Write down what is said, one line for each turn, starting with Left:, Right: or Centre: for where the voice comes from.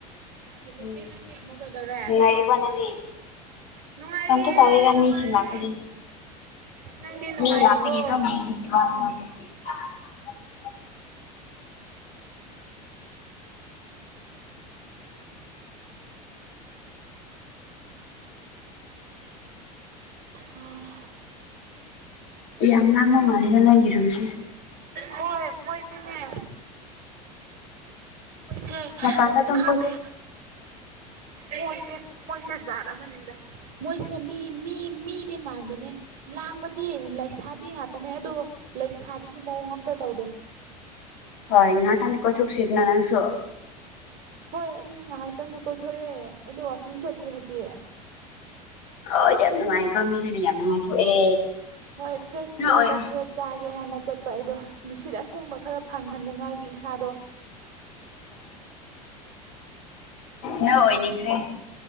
Right: ꯍꯧꯖꯤꯛꯇꯤ
Left: ꯎꯝ
Right: ꯅꯪꯗꯤ ꯑꯃꯨꯛꯀꯗꯧꯔꯦ
Left: ꯅꯨꯡꯉꯥꯏꯔꯤꯕꯣ ꯅꯪꯗꯤ
Right: ꯅꯨꯡꯉꯥꯏꯔꯤꯑꯦ
Left: ꯀꯝꯇ ꯇꯧꯗꯦꯗ
Right: ꯅꯨꯡꯉꯥꯏꯔꯤꯌꯦ
Left: ꯃꯤꯁꯤꯡ ꯂꯥꯛꯄꯒꯤ
Right: ꯅꯪꯗꯤ ꯅꯨꯡꯉꯥꯏꯔꯤꯕꯣ
Left: ꯃꯤ ꯂꯥꯛꯄꯒꯤ ꯑꯗꯨꯝ ꯌꯦꯡꯕꯒꯤ ꯋꯥꯅꯤ ꯍꯧꯖꯤꯛꯇꯤ <unintelligible>
Right: <inaudible> <inaudible> ꯎꯝ
Left: ꯌꯥꯝ ꯂꯥꯡꯕ ꯃꯥꯜꯂꯦꯗ ꯅꯣꯏꯒꯤ ꯔꯨꯝꯁꯤ
Right: ꯍꯣꯏ ꯃꯣꯏꯗꯤꯅꯦ ꯃꫭꯏꯁꯦ
Left: ꯃꯄꯥꯟꯗ ꯑꯗꯨꯝ
Right: ꯈꯥꯟꯗꯦ
Left: ꯀꯣꯏ
Right: ꯃꯣꯏꯁꯦ ꯃꯣꯏꯁꯦ ꯖꯥꯠ ꯑꯃꯅꯤꯗ ꯃꯣꯏꯁꯦ ꯃꯤ ꯃꯤ ꯃꯤꯗꯤ ꯃꯥꯟꯕꯅꯦ ꯂꯥꯡꯕꯗꯤ ꯂꯩꯁꯥꯕꯤ ꯉꯥꯛꯇꯅꯦ ꯑꯗꯨ ꯂꯩꯁꯥꯕꯤꯒꯤ ꯃꯑꯣꯡ ꯑꯝꯇ ꯇꯧꯗꯦ
Left: ꯍꯣꯏ ꯏꯍꯥꯛ ꯇꯗꯤ ꯀꯣꯏꯊ ꯁꯤꯠꯅꯅꯥꯁꯨ
Right: ꯍꯣꯏ ꯑꯩ ꯉꯥꯏꯍꯥꯛꯇꯪꯗꯤ ꯀꯣꯏꯊꯣꯛꯑꯦ ꯑꯩꯗꯤ ꯋꯥꯋꯥꯛꯀꯤꯡ ꯆꯠꯂꯤ ꯍꯧꯖꯤꯛ
Left: ꯑ ꯌꯥꯝ ꯅꯨꯡꯉꯥꯏ ꯀꯥꯃꯤꯗꯗꯤ ꯌꯥꯝ ꯅꯨꯡꯉꯥꯎꯊꯣꯛꯑꯦ
Right: ꯍꯣꯏ ꯐ꯭ꯔꯦꯁ
Left: ꯅꯥꯛꯑꯣꯏ
Right: ꯏꯌꯥꯔꯗꯣ ꯈꯔ ꯆꯥꯒꯦ ꯍꯥꯏꯅ ꯆꯠꯄ ꯑꯩꯗꯣ ꯅꯨꯡꯁꯤꯠ ꯑꯁꯦꯡꯕ ꯈꯔ ꯐꯪꯍꯟꯅꯤꯡꯉꯥꯏꯒꯤ ꯏꯁꯥꯗꯣ
Left: ꯑ ꯅꯪ ꯑꯣꯏꯅꯤꯡꯈ꯭ꯔꯦ